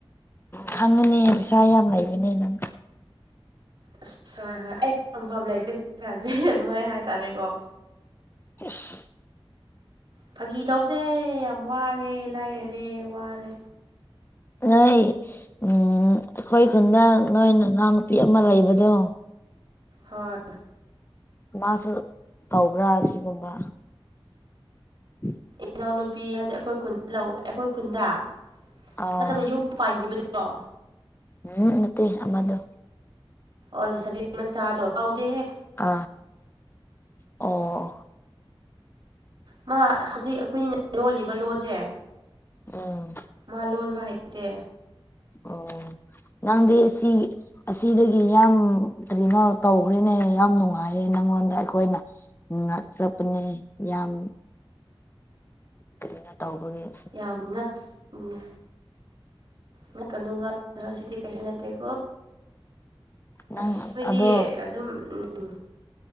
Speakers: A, on the left; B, on the right.
A: ꯈꯪꯉꯅꯦ ꯄꯩꯁꯥ ꯌꯥꯝ ꯂꯩꯕꯅꯦ ꯅꯪ
B: ꯑꯁ ꯍꯣꯏ ꯍꯣꯏ ꯑꯩꯝꯐꯝ ꯂꯩꯇ꯭ꯔꯦ ꯍꯧꯖꯤ ꯀꯥꯟꯁꯦ ꯑꯗꯨꯃꯥꯏꯅ ꯍꯥꯏꯇꯥꯔꯦꯀꯣ
A: <inaudible>
B: ꯐꯥꯒꯤ ꯇꯧꯅꯦ ꯌꯥꯝ ꯋꯥꯔꯦ ꯂꯥꯏꯔꯔꯦ ꯋꯥꯔꯦ
A: ꯅꯣꯏ ꯑꯩꯈꯣꯏ ꯈꯨꯟꯗ ꯅꯣꯏ ꯏꯅꯥꯎꯅꯨꯄꯤ ꯑꯃ ꯂꯩꯕꯗꯣ
B: ꯍꯣꯏ
A: ꯃꯥꯁꯨ ꯇꯧꯕ꯭ꯔꯥ ꯑꯁꯤꯒꯨꯝꯕ <inaudible>
B: ꯏꯅꯥꯎꯅꯨꯄꯤ ꯍꯥꯏꯗꯤ ꯑꯩꯈꯣꯏ ꯈꯨꯟ ꯂꯧ ꯑꯩꯈꯣꯏ ꯈꯨꯟꯗ
A: ꯑꯥ
B: ꯅꯠꯇꯕ ꯌꯨꯝ ꯄꯥꯟꯈꯤꯕꯗꯣ
A: ꯎꯝ ꯅꯠꯇꯦ ꯑꯃꯗ
B: ꯑꯣꯜꯂꯤꯁꯕꯤ ꯃꯆꯥꯗꯣ ꯇꯧꯗꯦꯦ
A: ꯑꯥ ꯑꯣ
B: ꯃꯥ ꯍꯧꯖꯤꯛ ꯑꯩꯈꯣꯏꯅ ꯂꯣꯜꯂꯤꯕ ꯂꯣꯟꯁꯦ
A: ꯑꯣ
B: ꯃꯥ ꯂꯣꯟꯕ ꯍꯩꯇꯦ
A: ꯑꯣ ꯅꯪꯗꯤ ꯁꯤ ꯑꯁꯤꯗꯒꯤ ꯌꯥꯝ ꯀꯔꯤꯅꯣ ꯇꯧꯈ꯭ꯔꯦꯅꯦ ꯌꯥꯝ ꯅꯨꯡꯉꯥꯏꯌꯦ ꯅꯪꯉꯣꯟꯗ ꯑꯩꯈꯣꯏꯅ ꯎ ꯉꯥꯛꯆꯞꯄꯅꯦ ꯌꯥꯝ ꯀꯩꯅꯣ ꯇꯧꯕꯒꯤꯦ
B: ꯌꯥꯝ ꯉꯛꯉꯦ ꯉꯥꯛꯀꯅꯨ ꯉꯅꯣ ꯁꯤꯗꯤ ꯀꯩꯁꯨ ꯅꯠꯇꯦꯀꯣ
A: ꯅꯪ
B: ꯑꯁ ꯅꯗꯤ
A: ꯑꯗꯣ
B: ꯑꯗꯨꯝ ꯎꯝ